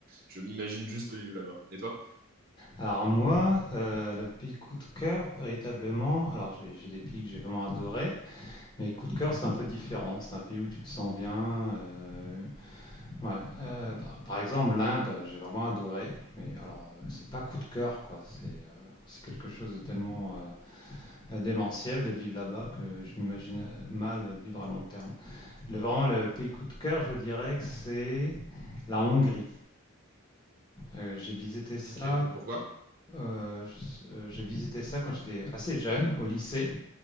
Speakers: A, on the right; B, on the left.
A: je m'imagine juste vivre là-bas. Et toi?
B: Alors moi, euh, le pays coup de cœur, véritablement, alors j'ai j'ai des pays que j'ai vraiment adorés, mais coup de cœur, c'est un peu différent. C'est un pays où tu te sens bien, euh, Ouais, heu, par par exemple, l'Inde, j'ai vraiment adoré, mais alors, heu, c'est pas coup de cœur, quoi. C'est, heu, c'est quelque chose de tellement, heu heu, démentiel de vivre là-bas que je m'imagine, heu, mal, vivre à long terme. Le vraiment le pays coup de cœur, je dirais que c'est la Hongrie. Heu, j'ai visité ça,
A: Ok, et pourquoi?
B: heu, je s euh, j'ai visité ça quand j'étais assez jeune, au lycée,